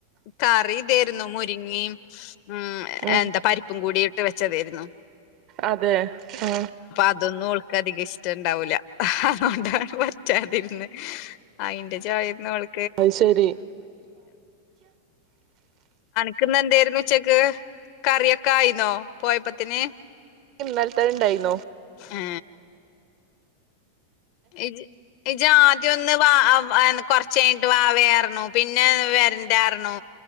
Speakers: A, on the left; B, on the right.
A: കറി ദേരുന്നു മുരിങ്ങീം മ്ം
B: ഉം
A: എന്താ പരിപ്പും കൂടി വെച്ചതേരുന്നു
B: അതെ ആ
A: അതൊന്നും ഓൾക്ക് അധികം ഇഷ്ട്ടം ഇണ്ടാവൂല അതൊണ്ടാണ് പറ്റാതിരുന്നെ അയിന്റെ ചൊയ ന്നോള്
B: അയ്ശരി
A: ക്ക്‌ ന്ന് എന്തേരുന്നു ഉച്ചക്ക് കറിയൊക്കെ ആയിന്നോ പോയപ്പത്തിന്
B: ഇന്നൽത്തേണ്ടായിന്നോ
A: ഏ ഇജ് ഇജ്ജാദ്യം ഒന്ന് വാ ആ വാ ന്ന് കൊറച്ചേഞ്ഞിട്ട് വാവയാർന്നു പിൻ പിന്നെ വരണ്ടാരുന്നു